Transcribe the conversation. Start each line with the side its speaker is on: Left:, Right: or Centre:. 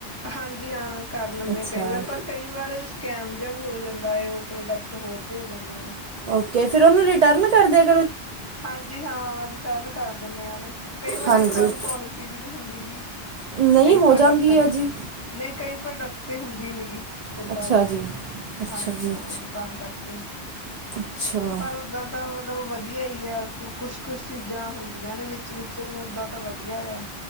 Left: ਹਾਂਜੀ ਹਾਂ ਕਰ ਲੈਂਦੇ
Right: ਅੱਛਾ।
Left: ਹ ਕਈ ਵਾਰ ਪਰ ਕਈ ਵਾਰ ਸਕੈਮ ਵੀ ਹੋ ਜਾਂਦਾ ਹੈ। ਉਹ ਪ੍ਰੋਡਕਟ ਹੋਰ ਭੇਜ ਦਿੰਦੇ ਨੇ।
Right: ਓਕੇ ਫਿਰ ਉਹਨੂੰ ਰਿਟਰਨ ਕਰਦੇ
Left: ਹਾਂਜੀ ਹਾਂ ਰਿਟਰਨ ਕਰ ਦਿੰਦੇ ਆਾਂ ਨੂੰ ਕਈ ਵਾਰੀ
Right: ਹਾਂਜੀ।
Left: ਰਿਟਰਨ ਪੋਲਿਸੀ ਵੀ ਨਹੀਂ ਹੁੰਦੀ ਗ
Right: ਨਹੀਂ
Left: ਕਈ
Right: ਹੋ
Left: ਪ੍ਰੋਡਕਟ
Right: ਜਾਂਦੀ ਹੈ
Left: ਤੇ
Right: ਜੀ
Left: ਨਹੀਂ ਕਈ ਪ੍ਰੋਡਕਟ ਤਾਂ ਹੁੰਦੀ ਨਹੀਂ ਗਗੀ। ਇਧਰ
Right: ਅੱਛਾ
Left: ਨਾ
Right: ਜੀ ਅੱਛਾ
Left: ਹਾਂਜੀ
Right: ਜੀ
Left: ਹਾਂ
Right: ਅੱਛਾ
Left: ਤਾਂ ਕਰ ਓਕੇ।
Right: ਅੱਛਾ
Left: ਪਰ ਓਦਾਂ ਤਾਂ <unintelligible> ਵਧੀਆ ਹੀਈ ਆ ਕੁ ਕੁਛ, ਕੁਛ ਚੀਜ਼ਾਂ ਹੁੰਦੀਆਂ ਨੇ ਵਿੱਚ ਵਿੱਚ ਓਦਾਂ ਤਾਂ ਵਧੀਆ ਆ।